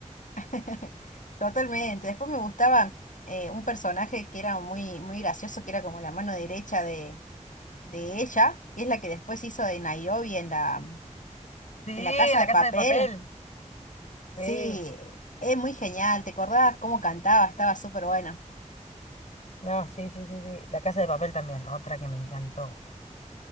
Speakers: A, on the left (about 85°); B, on the left (about 60°).
A: <laughs> Totalmente. Después me gustaba eh, un personaje que era muy, muy gracioso, que era como la mano derecha de ella, que es la que después hizo de Nairobi en la,
B: Sí,
A: en la Casa
B: La
A: de
B: Casa
A: Papel.
B: de Papel.
A: Sí,
B: Sí,
A: es muy genial, ¿te acordás cómo cantaba? Estaba súper buena.
B: no, sí, sí, sí, sí. La Casa de Papel también, otra que me encantó.